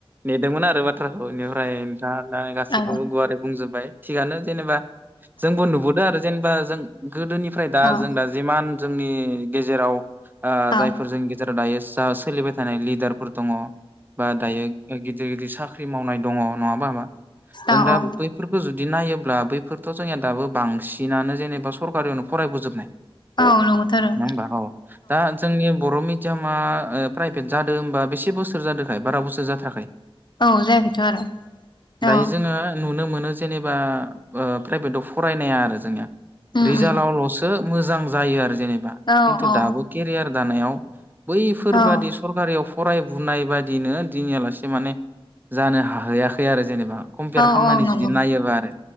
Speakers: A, on the right; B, on the left.
A: नेदोंमोन आरोबा <unintelligible> निफ्राय नोंथाङा गाैखौबो
B: औ
A: गुवारै होबाय थिगानो जेनेबा जोंबो नुबोदों आरो जेनेबा जों गोदोनिफ्राय दा
B: औ
A: जों दा जिमान जोंनि गेजेराव ओ जायफोर
B: औ
A: जों जेराव दायो जा सोलिबाय थानाय लिडारफोर दङ। बा दायो गिदि दिर गिदिर साख्रि मावनाय दङ। नङा बाबा जों
B: औ
A: दा
B: औ
A: फोरखो जुदि नायोब्ला बैफोरथ' जाया दाबो बांसिनानो जेनेबा सरकारियावनो फरायबोजोबनाय।
B: औ नंगौथ' आरो
A: नङा होमबा औ दा जोंनि बर' मि सामा ओ प्राइभेट जादों होनबा बेसे बोसोर जादोंखाय बारा बोसोर जाथाराखाय।
B: औ जायाखैथ' आरो
A: दायो
B: औ
A: जोङो नुनो मोनो जेनेबा ओ प्राइभेटआव फरायनाया आरो जोंनिया
B: उम
A: रिजालावल'सो
B: उम
A: मोजां जायो आरो जेनेबा
B: औ
A: खिन्थु
B: औ
A: दाबो केरिआर दानायाव बैफोरबादि
B: औ
A: सरकारियाव फरायबुनाय बायदिनो दिनैयालासे माने जानो हाहैयाखै आरो जेनेबा। कमपियार
B: औ
A: खालामनानै
B: औ नंगौ
A: जुदि नायोबा आरो